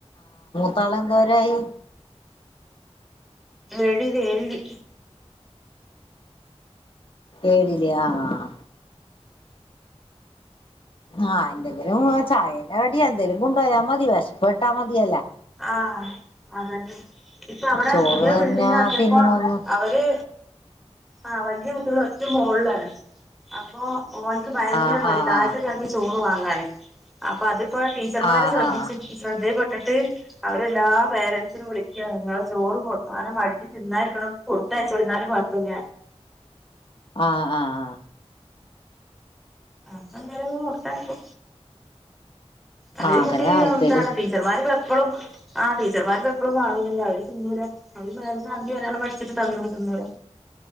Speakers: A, on the left (about 50°); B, in the centre.
A: താള എന്തോരായി
B: എഴുതി എഴുതി
A: എഴുതിയ ആ ആ ആഹ് എന്തെങ്കിലും ചായ പിന്ന അടി എന്തേലും കൊണ്ട്പോയാൽ മതി വശപ്പ്പ്പെട്ടാ മതിയല്ല
B: ആ അതെ ഇപ്പൊ അവിടെ
A: ചോറ്
B: പുതിയ
A: തന്നെ
B: ബിൽഡിങ്ങ് ആക്കിയപ്പോ
A: തിന്നണോന്ന്
B: അവര് ആ അവര് ഒറ്റ മോളിലാണ് അപ്പൊ ഓനക്ക് ഭയങ്കര
A: ആഹ്
B: മതി
A: ആഹ്
B: താഴതേങ്ങ
A: ആഹ്
B: ക്കിറങ്ങി ചോറുവാൻ അങ്ങനെ അപ്പൊ അത് അപ്പൊ ട്ടീച്ചർമാര്
A: ആഹ്
B: <unintelligible> <unintelligible>
A: ആഹ്
B: ട്ട് അവരെല്ലാ പേരൻസിനും വിളിക്കാ നിങ്ങള് ചോറ് കൊടുത്തു <unintelligible> തിന്നായിരിക്ക കൊടുത്തയച്ചോരുന്നാലും കുഴപ്പില്ല
A: ആ ആ ആ
B: ആ സഞ്ചാര കൊടുത്തായിക്ക അതേ
A: ആഹ് ആഹ് ആഹ്
B: കുട്ടി
A: അങ്ങനെ എന്തേലും
B: എന്താണ് ടീച്ചർമാര് പാർ ഇപ്പോള്ളും ആ ടച്ചർമാർക്ക് എഴും <unintelligible> അങ്ങനെ അവര് തിഞ്ഞുല്ല അവര് <unintelligible> ഭാക്ഷണം വച്ചിട്ട് തന്നൂ തന്നൂല